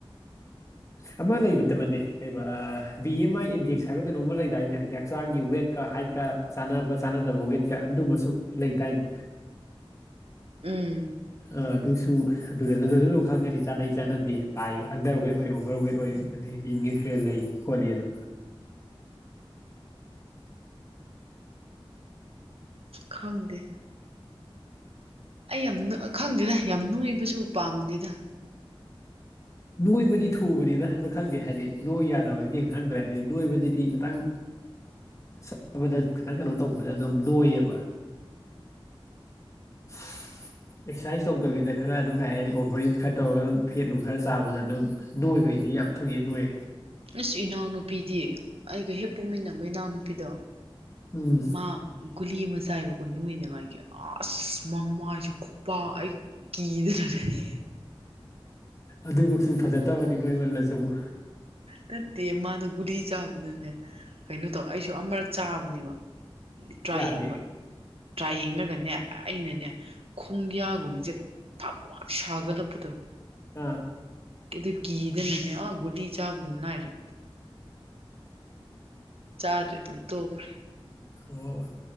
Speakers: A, on the left; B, on the right.
A: ꯑꯃ ꯂꯩꯕꯅꯦ꯫ ꯕꯅꯦ ꯕꯤ ꯑꯦꯝ ꯑꯥꯏ ꯏꯟꯗꯦꯛꯁ ꯍꯥꯏꯕ ꯀꯩꯅꯣꯝꯃ ꯂꯩꯗꯥꯏꯅꯦ ꯍꯥꯏꯗꯤ ꯍꯛꯆꯥꯡꯒꯤ ꯋꯦꯠꯀ ꯍꯥꯏꯠꯀ ꯆꯥꯟꯅꯕ ꯆꯥꯟꯅꯗꯕ ꯋꯦꯠꯀ ꯑꯗꯨꯝꯕ ꯁ ꯂꯩꯗꯥꯏꯅꯦ꯫
B: ꯎꯝ꯫
A: ꯑꯥ ꯑꯗꯨꯁꯨ ꯑꯗꯨꯗ ꯑꯗꯨꯗ ꯑꯗꯨ ꯈꯪꯒꯅꯤ ꯆꯥꯅꯩ ꯆꯥꯅꯗꯦ ꯄꯥꯏ ꯑꯟꯗꯔ ꯋꯦꯠ ꯑꯣꯏ ꯑꯣꯚꯔ ꯋꯦꯠ ꯑꯣꯏ ꯑꯗꯒꯤ ꯅ꯭ꯌꯨꯇ꯭ꯔꯦꯜ ꯂꯩ ꯈꯣꯠꯂꯤ ꯑꯗꯣ
B: ꯈꯝꯗ ꯑ ꯌꯥꯝ ꯅ ꯈꯪꯗꯦꯗ ꯌꯥꯝ ꯅꯨꯕꯁꯨ ꯄꯥꯝꯗꯦꯗ
A: ꯅꯣꯏꯕꯗꯤ ꯊꯨꯕꯅꯤꯅ ꯈꯪꯗꯦ ꯍꯥꯏꯗꯤ ꯅꯣꯏ ꯌꯥꯗꯕ ꯌꯦꯡ ꯈꯪꯗ꯭ꯔꯦ ꯍꯥꯏꯗꯤ ꯅꯣꯏꯕꯁꯤꯗꯤ ꯈꯤꯇꯪ ꯆꯠꯕꯗ ꯈꯤꯇꯪ ꯀꯩꯅꯣ ꯇꯧꯕꯗ ꯑꯗꯨꯝ ꯅꯣꯏꯌꯦꯕ ꯑꯦꯛꯁꯔꯁꯥꯏꯁ ꯇꯧꯗꯕꯤꯗ ꯈꯔ ꯑꯗꯨꯝ ꯀꯩ ꯍꯥꯏꯅꯤ ꯑꯣꯚꯔ ꯏꯠ ꯈꯔ ꯇꯧꯔꯒ ꯑꯗꯨꯝ ꯐꯦꯠꯅꯨꯡ ꯈꯔ ꯆꯥꯕꯗ ꯑꯗꯨꯝ ꯅꯣꯏꯕꯩꯗꯤ ꯌꯥꯝ ꯊꯣꯛꯨꯏꯑꯦ ꯅꯣꯏꯌꯦꯦ
B: ꯑꯁ ꯏꯅꯥꯎꯅꯨꯄꯤꯗꯤ ꯑꯩꯒ ꯍꯦꯛ ꯄꯨꯨꯝꯃꯤꯟꯅꯕ ꯏꯅꯥꯎꯅꯨꯄꯤ ꯍꯥꯄꯤꯗꯣ
A: ꯎꯝ
B: ꯃꯥ ꯀꯨꯂꯤ ꯑꯃ ꯆꯥꯏꯕꯀꯣ ꯅꯣꯏꯅꯉꯥꯏꯒꯤ ꯑꯁ ꯃꯃꯥꯏꯁꯨ ꯈꯨꯄꯥꯛ ꯑꯩ ꯀꯗ ꯂꯩꯔ
A: ꯑꯗꯨꯃꯛꯁꯨ ꯐꯖꯠꯇꯕꯅꯤ ꯅꯣꯏꯃꯜꯂꯁꯨꯕꯨ
B: ꯅꯠꯇꯦ ꯃꯥꯗꯣ ꯒꯨꯗꯤ ꯆꯥꯕꯗꯨꯅꯦ ꯀꯩꯅꯣ ꯇꯧ ꯑꯩꯁꯨ ꯑꯃꯔꯛ ꯆꯥꯕꯅꯦꯕ ꯇ꯭ꯔꯥ
A: ꯌꯥꯗꯦ
B: ꯌꯦꯡꯕ ꯇ꯭ꯔꯥ ꯌꯦꯡꯅ ꯅꯦ ꯑꯩꯅꯅꯦ ꯈꯣꯡꯌꯥꯒꯨꯝꯕꯁꯦ ꯊꯥꯛ ꯁꯥꯒꯠꯂꯛꯄꯗꯣ
A: ꯑꯥ
B: ꯑꯗꯨ ꯀꯤꯗꯅꯅꯦ ꯑꯣ ꯒꯨꯂꯤ ꯆꯥꯕ ꯑꯗꯨꯝ ꯂꯥꯏꯔꯦ ꯇꯥꯗꯔꯤꯠꯇꯝ ꯊ ꯐꯔꯦ
A: ꯑꯣ